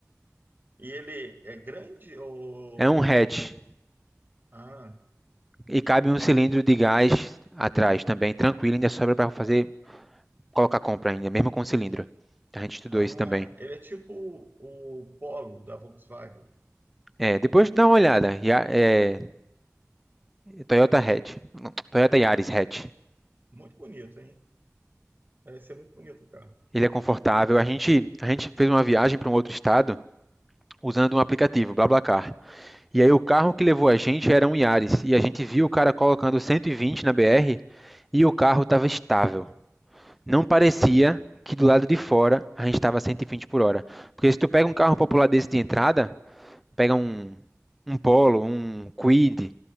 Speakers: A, on the right; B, in the centre.
A: e ele é grande ou,
B: É um hatch
A: ou ah,
B: e cabe um cilindro de gás atrás também, tranquilo, ainda sobra para fazer colocar compra ainda, mesmo com cilindro. A gente estudou
A: ah,
B: isso também.
A: ele é tipo o Polo da Volkswagen.
B: É, depois dá uma olhada. Ya- é, Toyota Hatch, não, Toyota Yaris Hatch.
A: Muito bonito, hein? Parece ser muito bonito o carro.
B: Ele é confortável. A gente, a gente fez uma viagem para um outro estado usando um aplicativo, BlaBlaCar. E aí o carro que levou a gente era um Yaris, e a gente viu o cara colocando 120 na BR e o carro estava estável. Não parecia que do lado de fora a gente estava 120 por hora. Porque se tu pega um carro popular desse de entrada, pega um, um Polo, um Quid,